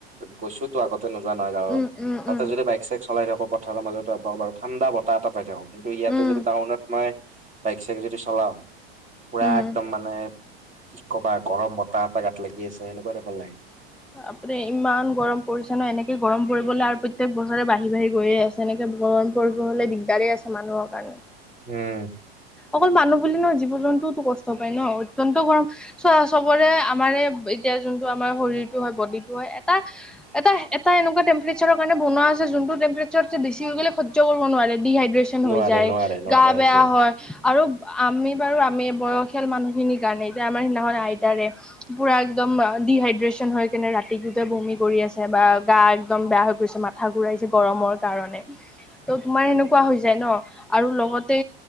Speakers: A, on the right; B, in the centre.
A: গৈছো তো আগত নোযোৱা নহয় গাঁৱৰ
B: উম উম
A: তাতে
B: উম
A: যদি বাইক চাইক চলাই থাকো পথাৰৰ মাজত বাৰ ঠান্দা এটা এটা পাই থাকো কিন্তু ইয়াতে
B: উম
A: যদি তাউনত মাই বাইক চাইক যদি চলাও পুৰা
B: উম
A: একদম মানে কি কবা গৰম বতাহ এটা গাত লাগি আছে হেনেকুৱা তাইপ লাগে
B: আপুনি ইমান গৰম পৰিছে ন এনেকে গৰম পৰিবলে আৰু প্ৰত্যয়েক বছৰে বাঢ়ি বাঢ়ি গৈয়ে আছে এনেকে। গৰম পৰিব হ'লে দিগদাৰেই আছে, মানুহৰ কাৰণে।
A: উম।
B: অকল মানুহ বুলি ন জীৱ জন্তুওো কষ্ট পায় ন অত্তয়ন্ত গৰম চোৱা চবৰে আমাৰে। এতিয়া যোনটো আমাৰ শৰীৰটো হয় বডি টো হয় এটা এটা এটা এনেকুৱা টেম্পৰেচাৰৰ কাৰণে বনোৱা হয় যে। যোনটো টেম্পচাৰ বেছি হৈ গ'লে সৈয্য কৰিব নোৱাৰি ডিহাইড্ৰেচন
A: নোৱাৰে
B: হৈ যায়,
A: নোৱাৰে নোৱাৰে
B: গা
A: সেইটো
B: বেয়া হয়। আৰু আমি বাৰু আমি বয়সীয়াল মানুহখিনিৰ কাৰণে এতিয়া আমাৰ সিদিনাখন আইতাৰে পোৰা একদম। একদম ডিহাইড্ৰেচন হৈ কেনে ৰাতি গোটে বমি কৰি আছে বা গা একদম বেয়া হৈ গৈছে মাথা ঘূৰাইছে। গৰম কাৰণে ত তোমাৰ সেনেকুৱা হৈ যায় ন আৰু লগতে।